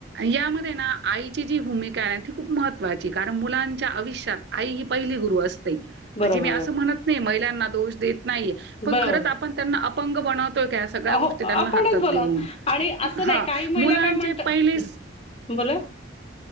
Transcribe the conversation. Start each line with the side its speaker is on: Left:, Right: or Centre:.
Right: यामध्ये ना आईची जी भूमिका आहे, ती खूप महत्त्वाची, कारण मुलांच्या आविष्यात आई ही पहिली गुरु अस म्हणजे
Left: बरोबर
Right: मी असं
Left: आहे
Right: म्हणत नाही, महिलांना दोष देत नाही, पण
Left: बरोबर
Right: खरंच आपण त्यांना अपंग बनवत सगळ्या गोष्टी
Left: हो
Right: त्यांना
Left: आपणच
Right: हातात
Left: बनव
Right: देऊन,
Left: आणि असं नाही
Right: ह
Left: काही महिला
Right: मुलांचे
Left: काय म्हणतात
Right: पहिले
Left: बोला.